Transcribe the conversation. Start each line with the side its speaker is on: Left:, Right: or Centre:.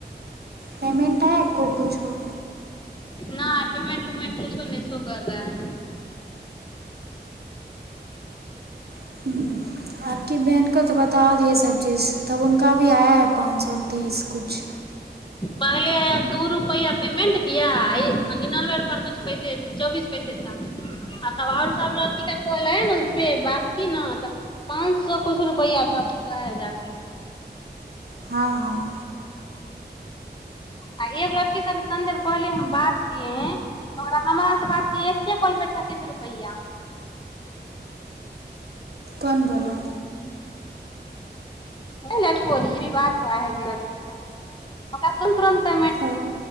Right: पेमेन्ट आया एको किछौ
Left: नै पेमेंट -नै पेमेंट उमेंट कुछोअ नहि सो कर रहा है
Right: हम्म, आपकी बहन को त बता दियए सब तब हुनका अभी आय है पाँच सए तीस कुछ
Left: पहिले आया दू रुपआ पेमेंट किया निनानबे रुपआ कुछु पैसे चौबीस पैसे तक आ तब आओर सब लड़कीा कॉल हय ने उपे बी ने तऽ पाच सो कछ रुपआ त ओ जाके
Right: हाँ हाँ
Left: आ एगो लड़कीसँ अभी तनी देर पहिले हम बात कै है ओकरा हमरासँ बात कै एके कलपै छत्तीस रुपैआ
Right: कोन बोलऽ
Left: लड़की बोली है अभी बात हुआ है लड़की से तुरन्तेमे
Right: अ,